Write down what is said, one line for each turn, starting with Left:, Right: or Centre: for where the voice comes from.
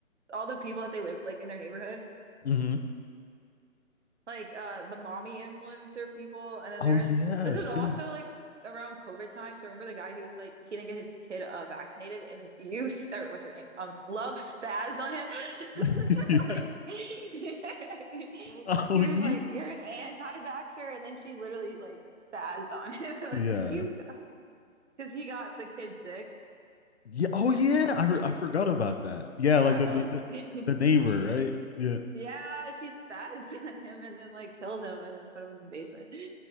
Right: all the people that they lived like in their neighborhood
Left: Mm-hmm.
Right: like uh the mommy influencer people and then
Left: Oh
Right: there's
Left: yeah,
Right: this
Left: she
Right: was also
Left: was.
Right: like around COVID time so remember the guy he was like he didn't get his kid uh vaccinated and you s- or what's her name um Love spazzed on him
Left: <laughs>
Right: <laughs>
Left: yeah.
Right: like <laughs> she was
Left: Oh yeah.
Right: like you're an anti-vaxxer and then she literally like spazzed on him <laughs> it was
Left: Yeah.
Right: like you got because he got the kid sick
Left: Yeah. Oh
Right: yeah
Left: yeah. I re- I forgot about that. Yeah,
Right: yeah
Left: like the
Right: that
Left: na-
Right: was
Left: the,
Right: crazy
Left: the neighbor, right? Yeah.
Right: Yeah, she spats on <laughs> him and then like killed him and then put him in the basement. <gasps>